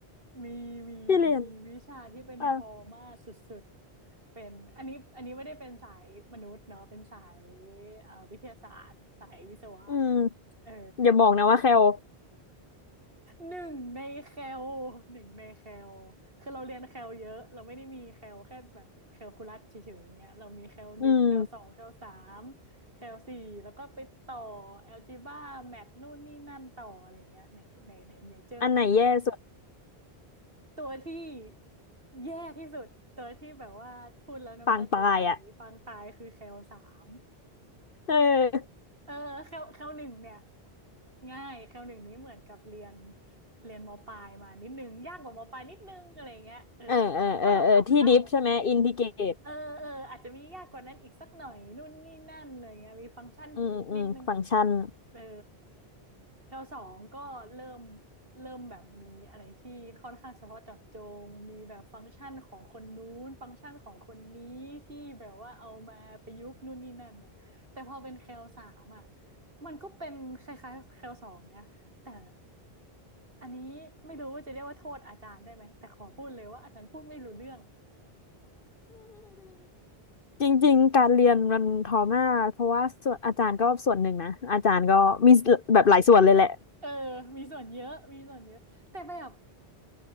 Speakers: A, on the right; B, on the left.
A: มีมีมีวิชาที่เป็นทอมาสุดๆเป็นอันนี้อันนี้ไม่ได้เป็นสายมนุษย์เนาะเป็นสาย
B: ที่เรียนอ่ะ
A: เอ่อวิทยาศาสตร์สายวิศวะ
B: อืม
A: เออ
B: อย่าบอกนะว่าแคล
A: หนึ่งในแคลหนึ่งในแคลคือเราเรียนแคลเยอะ เราไม่ได้มีแคลแค่แบบแคลคูลัสเฉยๆอย่างเงี้ยเรามีแคลหนึ่งแคลสองแคลสาม
B: อืม
A: แคลสี่แล้วก็ไปต่อแอลจีบ้าแมทนู่นนี่นั่นต่ออะไรเงี้ยในในในเมเจอร์ของเรา
B: อันไหนแย่สุด
A: ตัวที่แย่ที่สุดตัวที่แบบว่าพูดแล้วน้ำตาจะไหลปางตายคือแคลสาม
B: ปางตายอ่ะเออ
A: เออเข้าเข้าหนึ่งเนี่ยง่ายเข้าหนึ่งนี้เหมือนกับเรียนเรียนมปลายมานิดนึงยากกว่ามปลายนิดนึงอะไรเงี้ยเอออารมณ์เหมือนข้อสอบสอบเข้า
B: เออเออเออเออที่ดิฟใช่ไหมอินทิเกรต
A: เออเอออาจจะมียากกว่านั้นอีกสักหน่อยนู่นนี่นั่นอะไรเงี้ยมีฟังก์ชันนิดนึง
B: อืมอืมฟังก์ชัน
A: เออแถวสองก็เริ่มเริ่มแบบมีอะไรที่ค่อนข้างเฉพาะเจาะจงมีแบบฟังก์ชันของคนนู้นฟังก์ชันของคนนี้ที่แบบว่าเอามาประยุกต์นู่นนี่นั่นเลยแต่พอเป็นแคลสามอ่ะมันก็เป็นคล้ายๆแคลสองนะแต่อันนี้ไม่รู้ว่าจะเรียกว่าโทษอาจารย์ได้ไหมแต่ขอพูดเลยว่าอาจารย์พูดไม่รู้เรื่อง
B: จริงๆการเรียนมันทอมากเพราะว่าส่วนอาจารย์ก็ส่วนหนึ่งนะอาจารย์ก็มีแบบหลายส่วนเลยแหละ
A: เออมีส่วนเยอะมีส่วนเยอะแต่แบบ